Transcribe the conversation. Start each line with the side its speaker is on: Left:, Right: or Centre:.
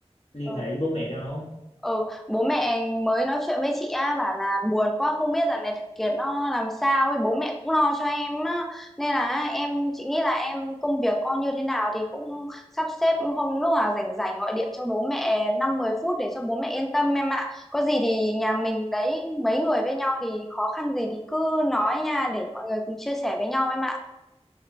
Left: liên
Centre: ừ.
Left: hệ với bố mẹ đâu
Centre: ừ bố mẹ mới nói chuyện với chị á bảo là buồn quá không biết dạo này thằng Kiệt nó làm sao ấy bố mẹ cũng lo cho em á nên là em chị nghĩ là em công việc con như thế nào thì cũng sắp xếp hôm lúc nào rảnh rảnh gọi điện cho bố mẹ năm mười phút để cho bố mẹ yên tâm em ạ có gì thì nhà mình đấy mấy người với nhau thì khó khăn gì thì cứ nói nha để mọi người cùng chia sẻ với nhau em ạ